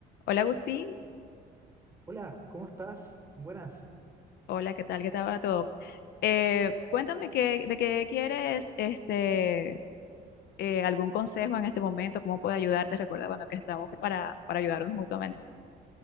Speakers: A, on the left; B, on the right.
A: Hola Agustín,
B: Hola, ¿cómo estás? Buenas.
A: hola, ¿qué tal? ¿Qué tal va todo? Eh, cuéntame qué, de qué quieres este, eh, algún consejo en este momento, cómo puedo ayudarte. Recuerda, bueno, que estamos para, para ayudarnos mutuamente.